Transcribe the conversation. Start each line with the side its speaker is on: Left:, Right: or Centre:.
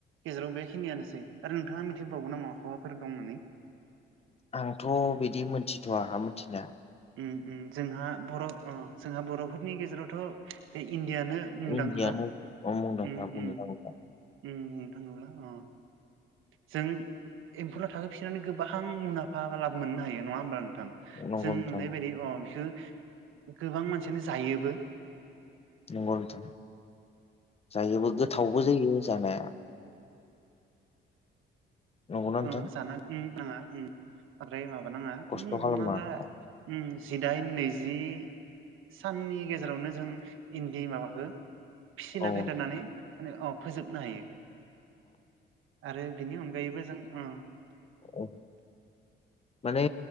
Right: गेजेराव बेखिनियानोसै आरो नोंथाङा मिथिबावगोन नामा? मााबाफोर दं होननानै।
Left: आंथ' बिदि मोनथिथ' आंहा मोनथिनाया।
Right: उम उम जोंहा बर' अ जोंहा बर'फोरनि गेजेरावथ' बे इन्दियानो मुंदांखा
Left: इन्दियानो मुंदांखा
Right: उम
Left: बुंनो
Right: उम उम
Left: थाङोब्ला
Right: नोंथां नंगौ अ। जों एम्फौला थाखोफिनानै गोबां मुलाम्फा बा लाब मोननो हायो नङा होमब्ला नोंथां?
Left: नंगौ
Right: जों नुनाय
Left: नोंथां
Right: बायदि अ बिखौ गोबां मानसियानो जायोबो
Left: नंगौ नोंथां जायोबो गोथावबो जायो जानाया। नंगौना नोंथां
Right: ओ जाना उम नाङा उम ओमफ्राय माबा नाङा
Left: खस्थ'
Right: उम
Left: खालामनाङा
Right: हमना ला उम जिदाइन नैजि साननि गेजेरावनो जों इन्दि माबाखो फिसिना
Left: औ औ
Right: फेदेरनानै माने फोजोबनो हायो। आरो बेनि अनगायैबो जों अ
Left: अ। <unintelligible> माने